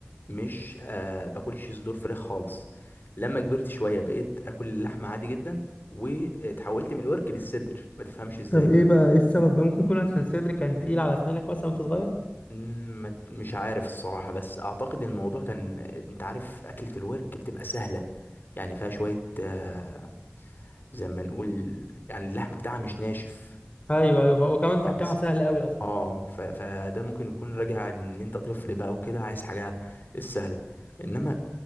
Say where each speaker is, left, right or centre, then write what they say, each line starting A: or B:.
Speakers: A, on the left; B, on the left.
A: مش آه باكلش صدور فراخ خالص لما كبرت شويه بقيت اكل اللحمه عادي جدا وتحولت من الورك للصدر ما تفهمش ازاي
B: طب ايه بقى ايه السبب بقى ممكن يكون عشان صدري كان تقيل على اسنانك مثلا وانت صغير
A: مم، ما- مش عارف الصراحه بس اعتقد الموضوع كان انت عارف اكله الورك بتبقى سهله يعني فيها شويه آه زي ما نقول يعني اللحم بتاعها مش ناشف
B: ايوه ايوه ف- وكمان تقطيعها
A: يعني
B: سهل قوي اصلا
A: اه ف... فده ممكن يكون راجع ان انت طفل بقى وكده عايز حاجه السهله انما